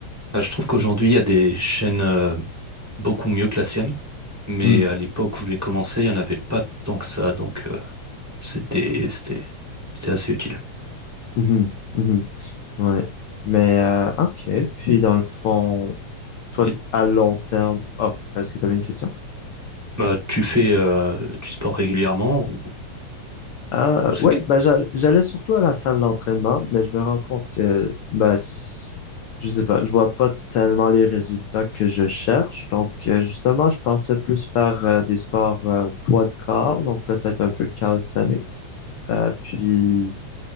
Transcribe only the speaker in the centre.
Ah, je trouve qu'aujourd'hui, il y a des chaînes euh, beaucoup mieux que la sienne, mais
à l'époque où j'ai commencé, il n'y en avait pas tant que ça, donc euh, c'était, c'était, c'était assez utile.
Et,
bah, tu fais euh, du sport régulièrement ou,
ou c'est
que...